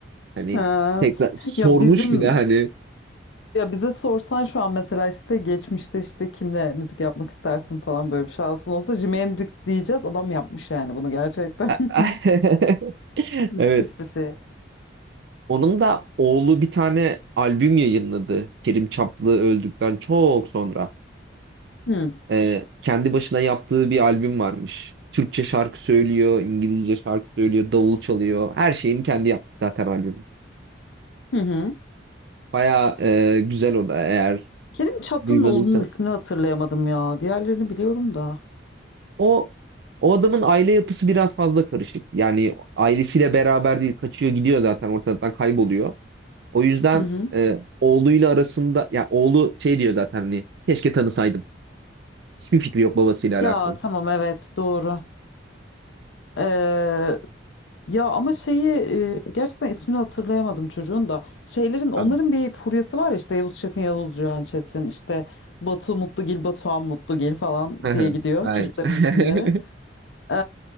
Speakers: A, on the right (about 60°); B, on the left (about 75°).
A: Hani
B: Ha.
A: tekrar sormuş
B: Ya bizim
A: bir de hani.
B: ya bize sorsan şu an mesela işte geçmişte işte kimle müzik yapmak istersin falan böyle bir şansın olsa Jimi Hendrix diyeceğiz. Adam yapmış yani bunu gerçekten.
A: <laughs>
B: <laughs>
A: Evet.
B: Sis Büsi.
A: Onun da oğlu bir tane albüm yayınladı. Kerim Çaplı öldükten çok sonra.
B: Hı.
A: Ee, kendi başına yaptığı bir albüm varmış. Türkçe şarkı söylüyor, İngilizce şarkı söylüyor, davul çalıyor. Her şeyini kendi yaptı zaten albüm.
B: Hı hı.
A: Baya güzel o da eğer
B: Kerim Çaplınoğlu'nun
A: duymadıysan.
B: ismini hatırlayamadım ya. Diğerlerini biliyorum da.
A: O o adamın aile yapısı biraz fazla karışık. Yani ailesiyle beraber değil, kaçıyor gidiyor zaten ortadan kayboluyor. O yüzden
B: Hı hı.
A: e, oğluyla arasında, ya oğlu şey diyor zaten hani keşke tanısaydım. Hiçbir fikri yok babasıyla
B: Ya
A: alakalı.
B: tamam evet doğru. Ee, ya ama şeyi e, gerçekten ismini hatırlayamadım çocuğun da. Şeylerin onların
A: Anladım.
B: bir furyası var ya işte Yavuz Çetin, Yavuz Cihan Çetin işte Batu Mutlugil, Batuhan Mutlugil falan
A: <laughs>
B: diye gidiyor
A: Aynen.
B: çocukların
A: <laughs>
B: isimleri. Ee,